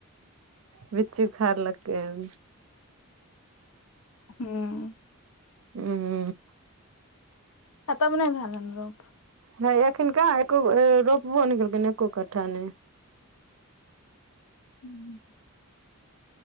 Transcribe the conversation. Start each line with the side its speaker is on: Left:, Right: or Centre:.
Right: बिचची उखड़ लके हन।
Left: ह्म्म
Right: उम्म
Left: खताा <unintelligible> म ने भाल अरोप
Right: ह एखन कह एको अ रोपबो न केलखिन एको कट्ठा नहि।
Left: <inaudible>